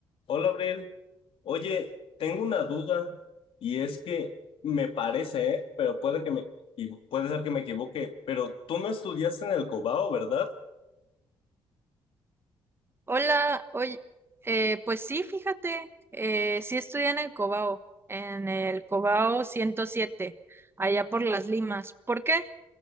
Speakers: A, on the left; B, on the right.
A: Hola, Abrel. Oye, tengo una duda y es que me parece, ¿eh? pero puede que me y puede ser que me equivoque, pero tú no estudiaste en el Cobao, ¿verdad?
B: Hola, oye, eh, pues sí, fíjate, eh, sí estudié en el Cobao, en el Cobao 107, allá por Las Limas. ¿Por qué?